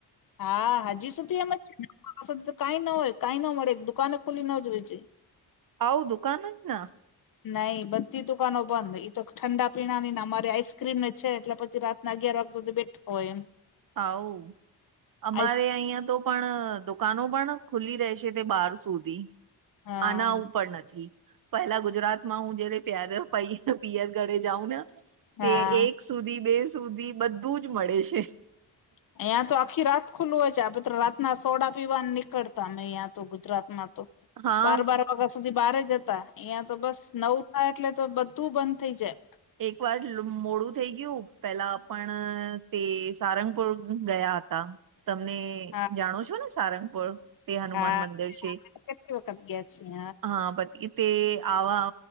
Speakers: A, on the left (about 50°); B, on the right (about 50°).
A: હા હજી સુધી એમ જ છે <unintelligible> કાંઈ ના હોય કાંઈ ન મળે દુકાનો ખુલ્લી ન જ હોય છે
B: આવુ દુકાન જ ના
A: નઈ બધી દુકાનો બંધ ઈ તો ઠંડા પીણા ની ને અમારે આઈસક્રીમ ની છે એટલે પછી રા તના અગિયાર વાગ સુધી બેઠા હોય એમ
B: આવુ અમારે
A: આઈસ્ક્રીમ
B: અઈયાં તો પણ દુકાનો પણ ખુલ્લી રહેશે તે બાર સુધી
A: હા
B: આના આવું પણ નથી પહેલા ગુજરાતમાં હું જયારે પ્યાર પિયર ઘરે જાઉં ને તે
A: હા
B: એક સુધી બે સુધી બધું જ મળે છે
A: આંઈયા તો આખી રાત ખુલ્લુ હોય છે આપે તો રાતના સોડા પીવા નીકળતા અમે અઈયા તો ગુજરાતમાં તો
B: હા
A: બાર બાર વાગા સુધી બારે જતા અઈયાં તો બસ નવ થાય એટલે તો બધું બંધ થઇ જાય
B: એક વાર મોડું થઈ ગયું પેલા પણ તે સારંગપુર ગયા હતા તમને
A: હા
B: જાણો છો ને સારંગપૂર બી હનુમાન
A: હા.
B: મંદિર છે
A: કેટલી વખત ગયા છીએ
B: હા પત <unintelligible> તે આવા